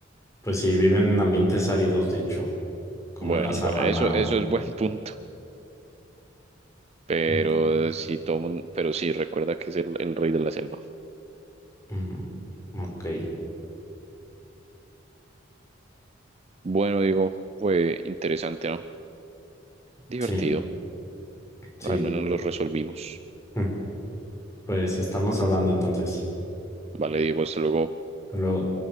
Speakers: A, on the left; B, on the right.
A: pues sí, viven en ambientes áridos, de hecho, como
B: Bueno,
A: en la sabana
B: bueno, eso, eso
A: o...
B: es buen <laughs> punto. Pero
A: Mm,
B: eh, sí, todo mun- pero sí, recuerda que es el, el rey de la selva.
A: mm, ok,
B: Bueno, digo, fue interesante, ¿no? Divertido.
A: sí, sí.
B: Al menos lo resolvimos.
A: Mm. Pues estamos hablando entonces.
B: Vale, Diego, hasta luego.
A: Hasta luego.